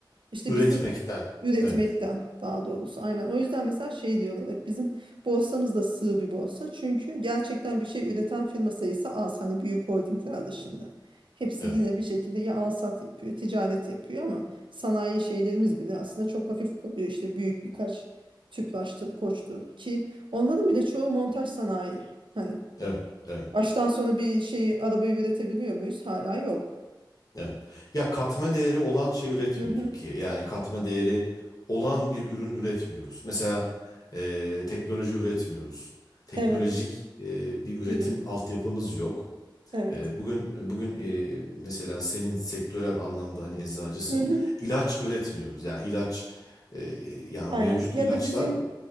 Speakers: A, on the right (about 85°); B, on the left (about 45°).
A: İşte
B: Üretmekten.
A: bizim o- üretmekten
B: Evet.
A: daha doğrusu aynen. O yüzden mesela şey diyorlar hep bizim borsamız da sığ bir borsa. Çünkü gerçekten bir şey üreten firma sayısı az. Hani büyük holdingler dışında. Hepsi
B: Evet.
A: yine bir şekilde ya alsat yapıyor, ticaret yapıyor ama sanayi şeylerimiz bile aslında çok hafif kalıyor. İşte büyük birkaç Tüpraş'tır, Koç'tur ki onların bile çoğu montaj sanayi. Hani
B: Evet. Evet.
A: baştan sona bir şeyi arabayı üretebiliyor muyuz? Hala yok.
B: Evet. Ya katma değeri olan şey üretmiyor
A: Hı hı.
B: Türkiye. Yani katma değeri olan bir ürün üretmiyoruz. Mesela e, teknoloji üretmiyoruz. Teknolojik
A: Evet,
B: e, bir üretim
A: ürün.
B: altyapımız yok.
A: Evet.
B: E, bugün bugün e, mesela senin sektörel anlamda hani eczacısın.
A: Hı hı.
B: İlaç üretmiyoruz. Yani ilaç e, yani
A: Aynen.
B: mevcut
A: Ya
B: ilaçlar
A: da bizim